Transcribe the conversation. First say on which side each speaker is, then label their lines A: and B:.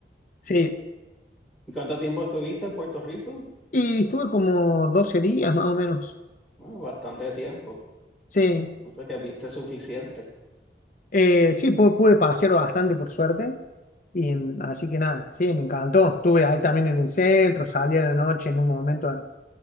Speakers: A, on the left (about 45°); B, in the centre.
A: Sí,
B: ¿Y cuánto tiempo estuviste en Puerto Rico?
A: Y estuve como 12 días más o menos.
B: Bueno, bastante tiempo.
A: Sí,
B: No sé que viste suficiente.
A: Eh, sí, pu- pude pasear bastante por suerte. Y en- así que nada, sí, me encantó. Estuve ahí también en el centro, salí a la noche en un momento a,